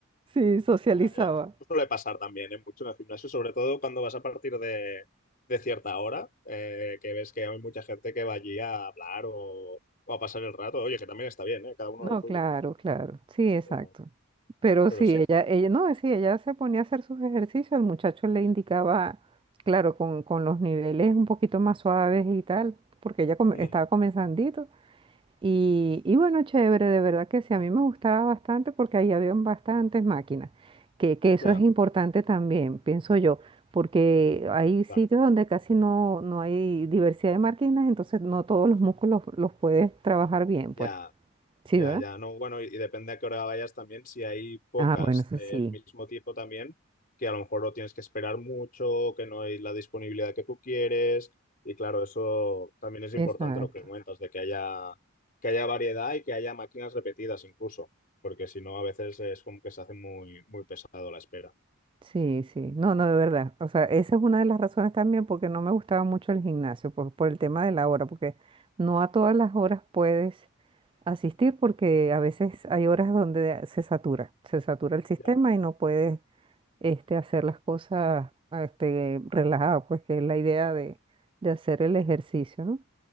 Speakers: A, on the right (about 25°); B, on the left (about 40°).
A: sí, socializaba.
B: Ya, ya. Esto suele pasar también, ¿eh? Mucho en el gimnasio, sobre todo cuando vas a partir de, de cierta hora, eh, que ves que hay mucha gente que va allí a hablar o, o a pasar el rato. Oye, que también está bien, ¿eh? Cada uno
A: No,
B: lo suyo.
A: claro, claro, sí, exacto.
B: Pero,
A: Pero
B: pero
A: sí,
B: sí.
A: ella, ella, no, sí, ella se ponía a hacer sus ejercicios, el muchacho le indicaba, claro, con, con los niveles un poquito más suaves y tal, porque ella come-
B: Mm,
A: estaba comenzandito. Y, y bueno, chévere, de verdad que sí, a mí me gustaba bastante porque ahí habían bastantes máquinas, que, que
B: ya,
A: eso es importante también, pienso yo, porque hay sitios
B: claro,
A: donde casi no, no hay diversidad de máquinas, entonces no todos los músculos los puedes trabajar bien,
B: ya.
A: pues. Sí,
B: Ya,
A: ¿verdad?
B: ya, no, bueno, y, y depende a qué hora vayas también, si hay pocas
A: Ah, bueno, eso
B: del
A: sí.
B: mismo tipo también, que a lo mejor lo tienes que esperar mucho, que no hay la disponibilidad que tú quieres, y claro, eso también es
A: Exacto.
B: importante lo que cuentas, de que haya, que haya variedad y que haya máquinas repetidas incluso, porque si no, a veces es como que se hace muy, muy pesado la espera.
A: Sí, sí, no, no, de verdad. O sea, esa es una de las razones también porque no me gustaba mucho el gimnasio, por, por el tema de la hora, porque no a todas las horas puedes asistir porque a veces hay horas donde se satura, se satura el sistema
B: Ya.
A: y no puedes este, hacer las cosas este, relajado, pues que es la idea de, de hacer el ejercicio, ¿no?